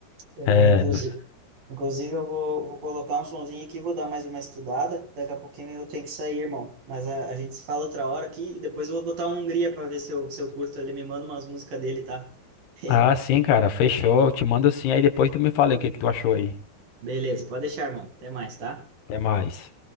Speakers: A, on the right (about 55°); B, on the left (about 70°).
A: Eu,
B: É.
A: inclusive, inclusive eu vou, vou colocar um sonzinho aqui, vou dar mais uma estudada. Daqui a pouquinho eu tenho que sair, irmão. Mas a, a gente se fala outra hora aqui e depois eu vou botar um Hungria para ver se eu, se eu curto. Ele me manda umas músicas dele, tá? <laughs>
B: Ah, sim, cara, fechou. Eu te mando sim, aí depois tu me fala aí o que que tu achou aí.
A: Beleza, pode deixar, irmão. Até mais, tá?
B: Até mais.